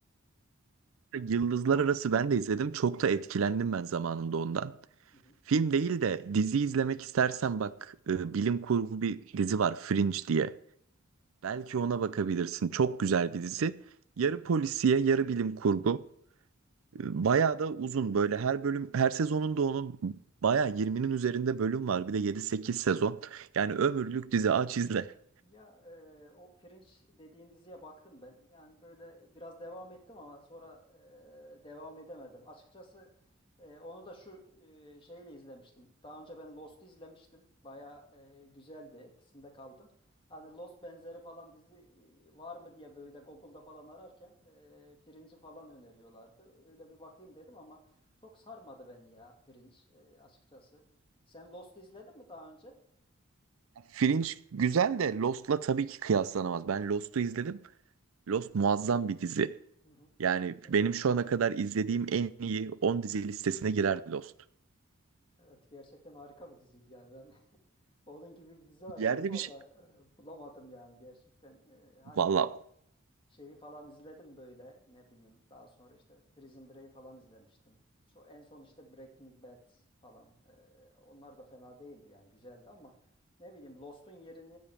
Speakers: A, on the right; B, on the left.
A: Yıldızlar Arası ben de izledim. Çok da etkilendim ben zamanında ondan.
B: E,
A: Film değil de dizi izlemek istersen bak e, bilim kurgu bir dizi var Fringe diye. Belki ona bakabilirsin. Çok güzel bir dizi. Yarı polisiye, yarı bilim kurgu. E, Bayağı da uzun böyle her bölüm, her sezonunda onun bayağı 20'nin üzerinde bölüm var. Bir de yedi sekiz sezon. Yani ömürlük dizi aç izle.
B: Ya e, o Fringe dediğin diziye baktım ben. Yani böyle biraz devam ettim ama sonra e, devam edemedim. Açıkçası e, onu da şu e, şeyle izlemiştim. Daha önce ben Lost'u izlemiştim. Baya e, güzeldi, etkisinde kaldım. Hani Lost benzeri falan dizi e, var mı diye böyle Google'da falan ararken e, Fringe'i falan öneriyorlardı. Öyle bir bakayım dedim ama çok sarmadı beni ya Fringe e, açıkçası. Sen Lost'u izledin mi daha önce?
A: Fringe güzel de Lost'la tabii ki kıyaslanamaz. Ben Lost'u izledim. Lost muazzam bir dizi.
B: Hı hı.
A: Yani
B: Evet.
A: benim şu ana kadar izlediğim en iyi 10 dizi listesine girer Lost.
B: Evet gerçekten harika bir diziydi yani ben <laughs> onun gibi bir dizi arıyorum
A: Yerde
B: ama
A: bir şey
B: e, bulamadım yani gerçekten E, hani
A: Valla
B: şeyi falan izledim böyle ne bileyim daha sonra işte Prison Break falan izlemiştim. So, en son işte Breaking Bad falan E, onlar da fena değildi yani güzeldi ama ne bileyim Lost'un yerini